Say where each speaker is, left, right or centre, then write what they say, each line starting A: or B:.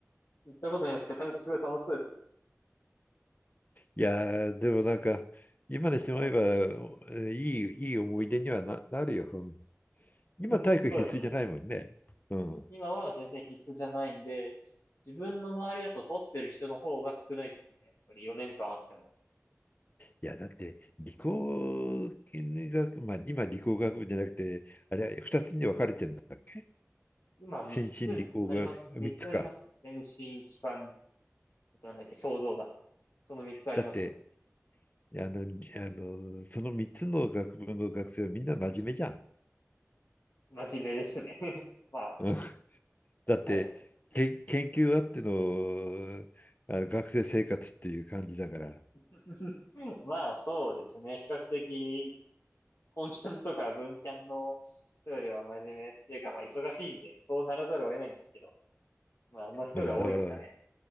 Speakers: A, on the left (about 60°); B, on the left (about 35°).
A: 行ったことないですけど、なんかすごい楽しそうですよ。
B: いやー、でもなんか、今にして思えば、
A: はい
B: えーいい、いい思い出にはな、なるよ。うん今、体育必須じゃないもんね。
A: そうですよね。
B: うん。
A: 今は全然必須じゃないんで、自分の周りだと取ってる人の方が少ないですね。やっぱり4年間あっても。
B: いや、だって、理工学、まあ、今、理工学部じゃなくて、あれ、2つに分かれてるんだっけ
A: 今3つありますね、
B: 先進理工学、
A: 3つありますね。
B: 3つか。
A: 先進、機関、なんだっけ、想像だ。その3つありますね。
B: だって、あの、りあの、その3つの学部の学生はみんな真面目じゃん。
A: 真面目ですね。<laughs> まあ、
B: うん。だって、
A: はい。
B: け、研究あっての、あの学生生活っていう感じだから。
A: <laughs> まあ、そうですね。比較的、本キャンとか文キャンの人よりは真面目っていうか、まあ、忙しいんで、そうならざるを得ないんですけど。まあ、あの人が多いですかね。
B: うん、だから